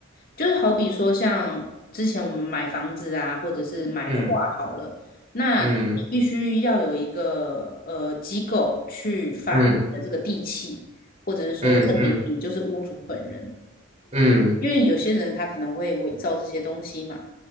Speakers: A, on the left (about 45°); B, on the right (about 35°).
A: 就是好比说像之前我们买房子啊，或者是买画好了，
B: 嗯
A: 那必须要有一个呃机构去发你的这个地契，
B: 嗯嗯
A: 或者是说证明你就是屋主本人。
B: 嗯嗯嗯，
A: 因为有些人他可能会伪造这些东西嘛。